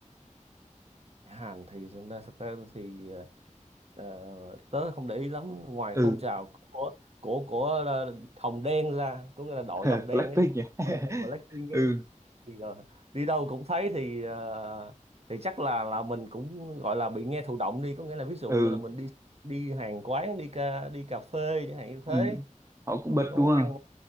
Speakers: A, on the right; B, on the right.
A: Hàn thì thực ra thực ra thì ờ, ờ, tớ không để ý lắm ngoài
B: ừ
A: phong trào của của của ờ, Hồng Đen ra có nghĩa là đội
B: <laughs>
A: Hồng Đen
B: Blackpink
A: ấy đội
B: nhỉ
A: đội của
B: <laughs>
A: Blackpink ấy
B: ừ
A: thì ờ, đi đâu cũng thấy thì ờ, thì chắc là là mình cũng gọi là bị nghe thụ động đi có nghĩa là ví dụ
B: ừ
A: như là mình đi đi hàng quán đi ca, đi cà phê chẳng hạn như thế
B: ừ họ cũng
A: còn
B: bật
A: đi quán
B: đúng không
A: ăn